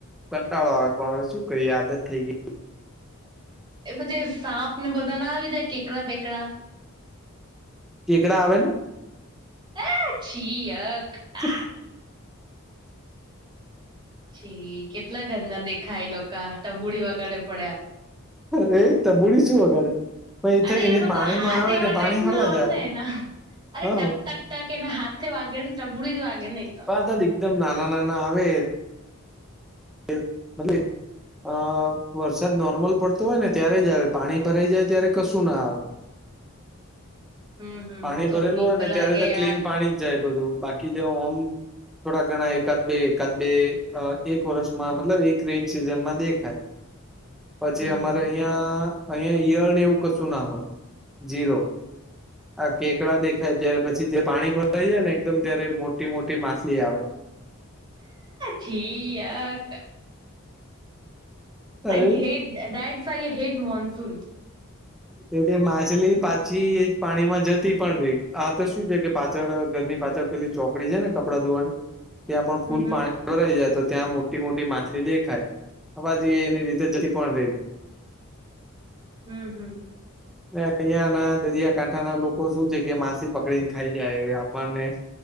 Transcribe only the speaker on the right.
એ પછી સાપ ને બધા ના આવી જાય કેકડા બેકડા
હ છી યક
આ જી કેટલા ગંધા દેખાય એ લોકો ટબુડી વગાડે પડ્યા
અરે એ
લોકના
હાથ
એવા
ટાઈપ
ના આવે
ને અરે
ટક ટક કેને હાથે વાગેને ટબુડી વાગે ને એતો
હમ હમ
હું તો
બીક
લાગે
યાર
હમ
હમ
છી યક
આઈ hate that's why I hate monsoon
હમ હમ
હમ્મ હમ્મ